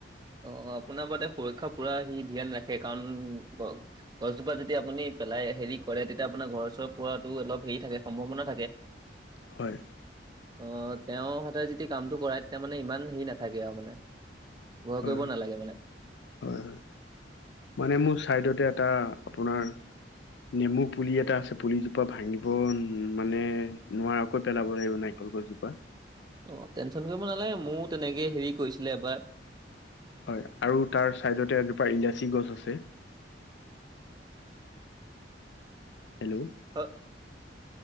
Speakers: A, on the right; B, on the left.
A: অ আপোনাৰ বাদে সুৰক্ষা পুৰা সি ধ্যান ৰাখে, কাৰণ গ গছজোপা যদি আপুনি পেলাই হেৰি কৰে তেতিয়া আপোনাৰ ঘৰৰ ওচৰ পোৱাতো অলপ হেৰি থাকে, সম্ভাৱনা থাকে।
B: হয়।
A: অহ তেওঁৰ হাততে যেতিয়া কামটো কৰাই তেতিয়া মানে ইমান হেৰি নাথাকে আৰু মানে ভয়
B: হয়
A: কৰিব
B: হয়
A: নালাগে মানে
B: হয় হয় মানে মোৰ চাইডতে এটা আপোনাৰ নেমু পুলি এটা আছে পুলিজোপা ভাঙিব মানে নোৱাৰাকৈ পেলাব লাগিব না অকল গছজোপা
A: অ টেনশন কৰিব নালাগে মোৰ তেনেকে হেৰি কৰিছিলে এবাৰ
B: হয় আৰু তাৰ চাইডতে এজোপা ইলাচি গছ আছে হেল্ল'
A: হয়,